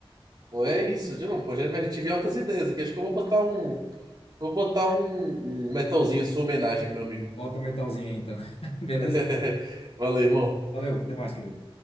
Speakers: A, on the right; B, on the left.
A: Pô, é isso, já não, pô, já, mas já tive altas ideias aqui. Acho que eu vou botar um, vou botar um, um metalzinho em sua homenagem, meu amigo.
B: Bota o metalzinho aí então. <laughs> Beleza?
A: <laughs> Valeu, irmão.
B: Valeu, até mais, querido.